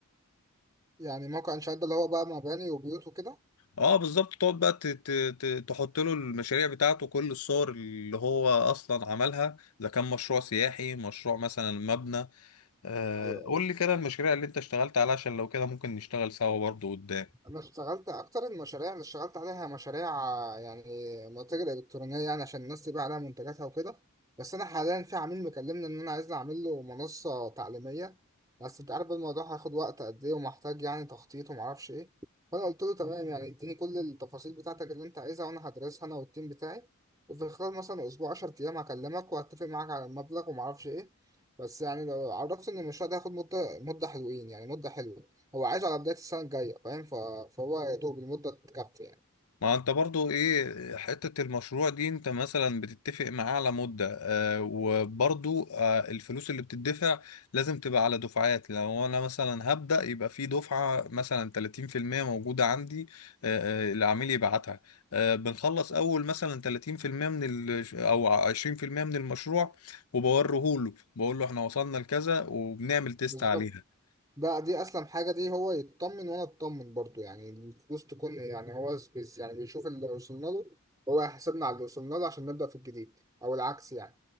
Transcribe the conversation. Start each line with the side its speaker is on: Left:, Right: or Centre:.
Right: يعني موقع انشاءات ده اللي هو بقى مباني وبيوت وكده
Left: أه بالظبط تقعد بقى ت- ت- ت- تحط له المشاريع بتاعته كل الصور اللي هو أصلا عملها إذا كان مشروع سياحي مشروع مثلا مبنى آه،
Right: ايوه
Left: قول لي كده المشاريع اللي أنت اشتغلت عليها عشان لو كده ممكن نشتغل سوا برضه قدام
Right: انا اشتغلت اكتر المشاريع اللي اشتغلت عليها مشاريع آه، يعني متاجر الكترونيه يعني عشان الناس تبيع عليها منتجاتها وكده بس انا حاليا في عميل مكلمني ان انا عايزني اعمل له منصه تعليميه بس انت عارف الموضوع هياخد وقت قد ايه ومحتاج يعني تخطيط ومعرفش ايه فانا قلت له تمام يعني اديني كل التفاصيل بتاعتك اللي انت عايزها وانا هدرسها انا والتيم بتاعي وفي خلال مثلا اسبوع 10 ايام هكلمك وهتفق معاك على المبلغ ومعرفش ايه بس يعني لو عرفت ان المشروع ده هياخد مده مده حلوين يعني مده حلوه هو عايزه على بداية السنة الجاية فاهم ف... فهو يا دوب المدة تكفي يعني
Left: ما انت برضو ايه حتة المشروع دي انت مثلا بتتفق معاه على مدة آه وبرضو آه الفلوس اللي بتدفع لازم تبقى على دفعات لو انا مثلا هبدأ يبقى في دفعة مثلا 30% موجودة عندي آه آه، العميل يبعتها آه بنخلص اول مثلا 30% من ال او 20% من المشروع وبوريه له بقول له احنا وصلنا لكذا وبنعمل تيست
Right: بالظبط
Left: عليها
Right: ده دي أسلم حاجة دي هو يطمن وأنا أطمن برضو يعني الفلوس تكون يعني هو بس يعني بيشوف اللي وصلنا له هو يحاسبنا على اللي وصلنا له عشان نبدأ في الجديد أو العكس يعني